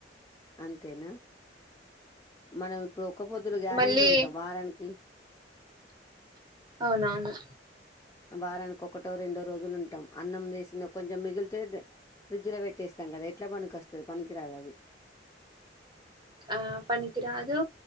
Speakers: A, on the left (about 20°); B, on the right (about 25°).
A: అంతేనా మనం ఇప్పుడు ఒక పొద్దులు గ్యారెంటీ
B: మళ్ళీ
A: ఉంటాం వారానికి
B: అవునవును
A: వారానికి ఒకటో రెండో రోజులు ఉంటాం అన్నంచేసింద కొంచెం మిగిలితే ఫ్రిడ్జ్ లో పెట్టేస్తాం కదా ఎట్లా పనికోస్తది పనికిరాదు అది
B: ఆ పనికిరాదు